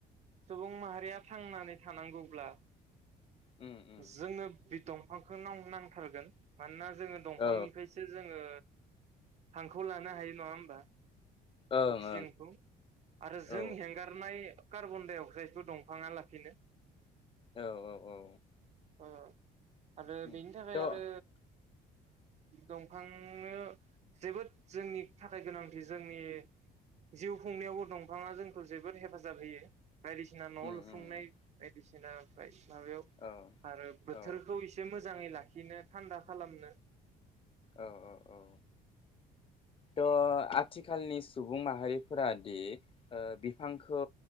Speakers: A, on the right; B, on the left.
A: सुबुं माहारिया थांनानै थानांगौब्ला
B: उम उम
A: जोंनो बिफ दंफांखौ नाव नांथारगोन मानोना जोङो दंफांनिफ्रायसो
B: औ
A: जोङो हांखौ लानो हायो नङा होमबा?
B: ओं
A: अक्सिजेनखौ
B: ओं
A: आरो जों
B: औ
A: हेंगारनाय कार्बण्डाइ अक्साइडखौ दंफाङा लाफिनो।
B: औ-औ- औ!
A: अ- आरो
B: उम
A: बेनि थाखाय
B: थ' औ
A: आरो दंफां दंफांनो जोबोद जोंनि थाखाय गोनांथि जोंनि जिउ खुंनायावबो दंफाङा जोंखौ जोबोद हेफाजाब होयो बायदिसिना न
B: उम
A: लुफुंनाय
B: उम
A: बायदिसिना माबायाव
B: औ
A: आरो बोथोरखौ
B: औ
A: एसे मोजाङै लाखिनो थान्दा खालामनो
B: औ औ थ' आथिखालनि सुबुं माहारिफोरा दि ओ बिफांखौ